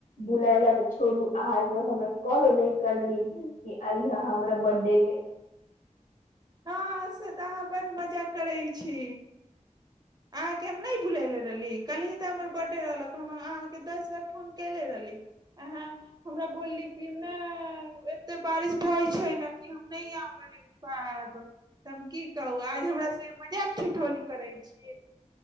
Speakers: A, on the left; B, on the right.
A: बुलय लए तऽ छोड़ू अहाँ एकबार हमरा कॉल नहि करली कि अइहा हमरा बर्थडे मे
B: हँ से तऽ अहाँ बड्ड मजा करै छी अहाँकेँ हम नहि बुलयले रहली कहलहीँ तऽ हमर बर्थडे रहलक हम अहाँके दस बेार फोन कयनेे रहली अह हमरा बोलली कि नहि एतेक बारिश होइत छै ने कि हम नहि आबै पायब तऽ हम की कहू आज हमर से मजाक छीिठौली करैत